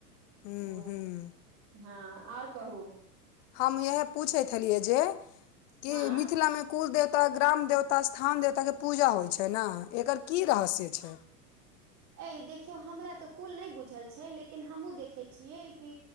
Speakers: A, on the left; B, on the right.
A: ह्म
B: हम
A: ह्म
B: हँ और कहू
A: हम इयह पूछैत छलियै जे कि
B: हँ
A: मिथिलामे कुल देवता ग्राम देवता स्थान देवताके पूजा होइ छै ने एकर की रहस्य छै
B: ऐ देखियौ हमरा तऽ कुल नहि बुझल छै लेकिन हमहूँ देखैत छियै कि